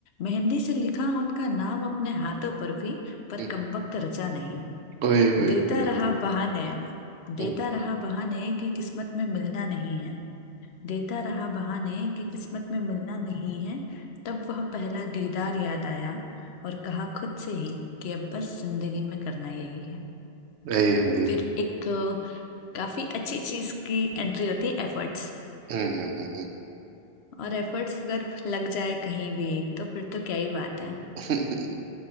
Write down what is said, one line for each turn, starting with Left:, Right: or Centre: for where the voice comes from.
Left: मेहंदी से लिखा उनका नाम अपने हाथों पर भी पर
Right: हम्म,
Left: कमबख्त रचा नहीं
Right: ओए ओए
Left: देता
Right: ओए
Left: रहा बहाने
Right: हम्म
Left: देता रहा बहाने कि किस्मत में मिलना नहीं है देता रहा बहाने कि किस्मत में मिलना नहीं है तब वह पहला दीदार याद आया और कहा खुद से ही कि अब बस जिंदगी में करना यही है
Right: ऐ है
Left: फिर एक अ, काफी अच्छी चीज की एंट्री होती है एफर्ट्स
Right: हम्म हम्म, हम्म, हम्म।
Left: और एफर्ट्स अगर लग जाए कहीं भी तो फिर तो क्या ही बात है
Right: <laughs>